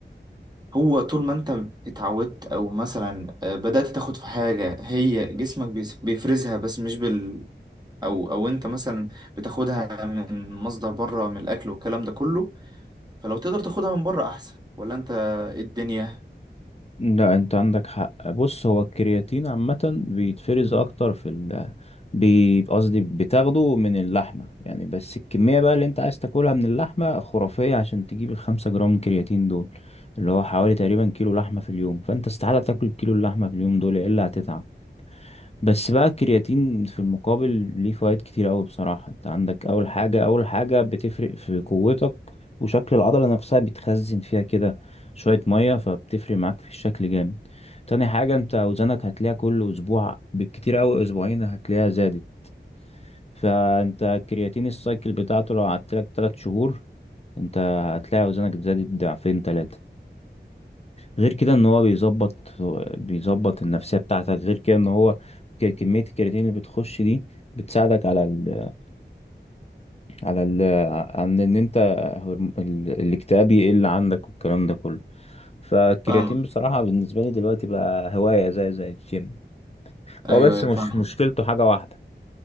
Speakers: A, on the right (about 20°); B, on the left (about 35°).
A: هو طول ما انت اتعودت او مثلا آه، بدأت تاخد في حاجة هي جسمك بيس- بيفرزها بس مش بال او او انت مثلا بتاخدها من مصدر بره من الاكل والكلام ده كله فلو تقدر تاخدها من بره احسن ولا انت إيه الدنيا
B: لا انت عندك حق بص هو الكرياتين عامة بيتفرز اكتر في ال بي- قصدي بتاخده من اللحمة يعني بس الكمية بقى اللي انت عايز تاكلها من اللحمة خرافية عشان تجيب الخمسة جرام كرياتين دول اللي هو حوالي تقريبا كيلو لحمة في اليوم فانت استحالة تاكل كيلو اللحمة في اليوم دول الا هتتعب بس بقى الكرياتين في المقابل ليه فوائد كتير قوي بصراحة انت عندك اول حاجة اول حاجة بتفرق في قوتك وشكل العضلة نفسها بتخزن فيها كده شوية مية فبتفرق معاك في الشكل جامد تاني حاجة انت اوزانك هتلاقيها كل اسبوع بالكتير قوي اسبوعين هتلاقيها زادت فانت الكرياتين السايكل بتاعته لو قعدت لك 3 شهور انت هتلاقي اوزانك زادت ضعفين تلاتة غير كده ان هو بيظبط بيظبط النفسيه بتاعتك غير كده ان هو ك- كميه الكرياتين اللي بتخش دي بتساعدك على ال على ال عن ان انت هرم- ال- الاكتئاب يقل عندك والكلام ده كله فالكرياتين
A: فاهم
B: بصراحه بالنسبه لي دلوقتي بقى هوايه زي زي الجيم
A: ايوه
B: هو بس
A: ايوه
B: مش
A: فاهم
B: مشكلته حاجه واحده